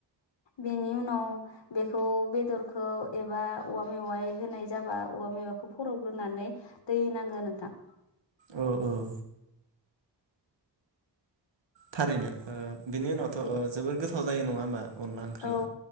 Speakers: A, on the left; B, on the right.
A: बेनि उनाव बे बेखौ बेदरखौ एबा औवा मेवाय होनाय जाबा औवा मेवायखौ फरबग्रोनानै दै होनांगौ नोंथां
B: औ औ थारैनो ओ बिनि उनावथ'
A: बे
B: ओ जोबोर गोथाव गोथाव जायो नङा होमबा अनला ओंख्रिया
A: औ